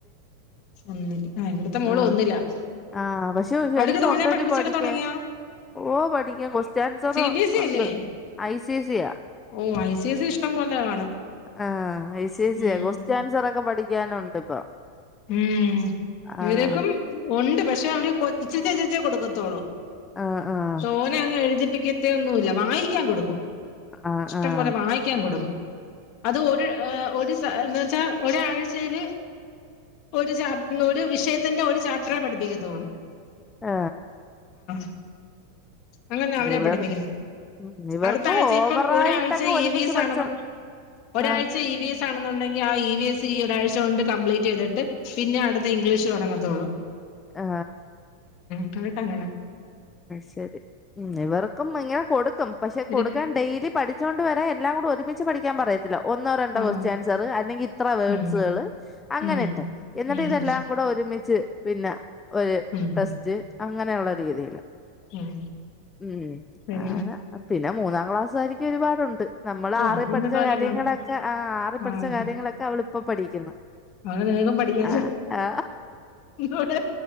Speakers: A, on the left; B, on the left.
A: ഒന്നില് ആഹ് ഇവിടുത്തെ മോള്
B: ആ
A: ഒന്നിലാ
B: ആ പക്ഷെ
A: അവിടക്ക്
B: ശരിക്കും
A: തോനെ
B: ഉണ്ടടി
A: പഠിപ്പിച്ചൊക്കെ
B: പഠിക്കാൻ
A: തുടങ്ങിയാ
B: ഓ പഠിക്കാ കൊക്വസ്റ്റ്യൻ answer
A: C B S E
B: ഉണ്ട്
A: അല്ലേ
B: ഐ സി സിയ
A: ഓ ഐ സി എസ് ഇ ഇഷ്ടം പോലെ കാണും
B: ആ ഐ സി ഐ സി
A: ഉം
B: ക്വസ്റ്റ ആൻസർ ഒക്കെ പഠിക്കാനുണ്ട് ഇപ്പൊ
A: ഉം ഇവരക്കും
B: ആഹ്
A: ഉണ്ട് പക്ഷെ അവര് കൊ ചിച്ചിച്ചേ കൊടുക്കത്തോളൂ
B: ആഹ് ആഹ്
A: സോനെ അങ്ങ് എഴുതിപ്പിക്കത്ത ഒന്നുല്ല വായിക്കാൻ കൊടുക്കും
B: ആഹ്
A: ഇഷ്ടം
B: ആഹ്
A: പോലെ വായിക്കാൻ കൊടുക്കും അത് ഒരു ആ ഒരു പച്ചാ ഒരാഴ്ചയില് ഒരുചാപ ഒരു വിഷയത്തിന്റെ ഒരു ചാപ്റ്ററെ പഠിപ്പിക്കത്തുള്ളൂ
B: ആ
A: ഉ അങ്ങനെ അവരെ
B: ഇവർ
A: പഠിപ്പിക്കുന്നത്
B: ഉം ഇവർക്കും
A: അടുത്ത ആഴ്ച
B: ഓവറായിട്ടങ്ങ്
A: ഇപ്പം ഒരാഴ്ച
B: ഒരുമിച്ച്
A: ഇ വി എസ്
B: പഠിച്ചോ
A: ആണെന്നോ ഒരാഴ്ച
B: ആഹ്
A: ഇ വി എസ് ആണെന്നുണ്ടെങ്കിൽ ആ ഇ വി എസ് സി ഒരാഴ്ച കൊണ്ട് കംപ്ലീറ്റ് ചെയ്തിട്ട് പിന്നെ അടുത്ത ഇംഗ്ലീഷ് തുടങ്ങത്തോള്ളൂ
B: ആ
A: അല്ലട്ടങ്ങന
B: ശരി ഉ ഇവർക്കും ഇങ്ങനെ കൊടുക്കും പക്ഷെ
A: ഒരു
B: കൊടുക്കാൻ ഡെയിലി പഠിച്ചൊണ്ട് വരാ എല്ലാം കൂടി ഒരുമിച്ച് പഠിക്കാൻ പറയ ഒന്നോ രണ്ടോ
A: ആഹ്
B: കൊക്സ്റ്റ ആൻസർ അല്ലെങ്കിൽ ഇത്ര വേർഡ്സുകൾ
A: ഉം
B: അങ്ങനെ
A: ഉം
B: ഇട്ട് എന്നിട്ട്
A: ഉം
B: ഇതെല്ലാം കൂടെ ഒരുമിച്ച് പിന്നെ ഒരു
A: ഉം
B: ടെസ്റ്റ് അങ്ങനെയുള്ള രീതി
A: ഉം
B: ഉം
A: പിന്നെ
B: അനെ പിന്നെ മൂന്നാം ക്ലാസ് ആയിരിക്കും ഒരുപാടുണ്ട് നമ്മള്
A: ഓ
B: ആറി
A: അത് നിന്നെ
B: പഠിച്ച
A: തോനെ
B: കാര് കാര്യങ്ങളൊക്കെ
A: കാണും
B: ആ ആറി പഠിച്ച
A: ആഹ്
B: കാര്യങ്ങളൊക്കെ അവളിപ്പോ പഠിക്കുന്നു
A: അങ്ങനെ നിനക്കും പഠിക്കല്ലേ
B: ആ ആ
A: അോട്ട